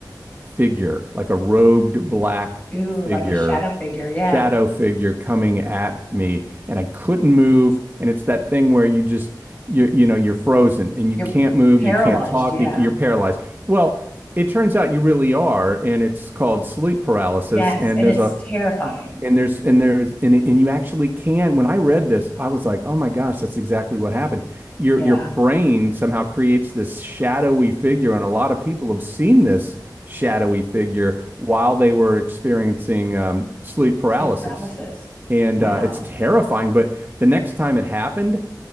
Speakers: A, on the right; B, on the left.
A: figure, like a robed black
B: Ooh,
A: figure,
B: like a shadow figure. Yeah.
A: shadow figure coming at me, and I couldn't move. And it's that thing where you just, you you know, you're frozen and you
B: You're
A: can't move,
B: paralyzed.
A: you can't talk,
B: Yeah.
A: you, you're paralyzed. Well, it turns out you really are, and it's called sleep paralysis.
B: Yes.
A: And
B: And
A: there's
B: it's
A: a
B: terrifying.
A: and there's and there's and and you actually can when i read this i was like oh my gosh that's exactly what happened your
B: Yeah.
A: your brain somehow creates this shadowy figure and a lot of people have seen this shadowy figure while they were experiencing um, sleep paralysis
B: Sleep paralysis.
A: and
B: Wow.
A: uh, it's terrifying but the next time it happened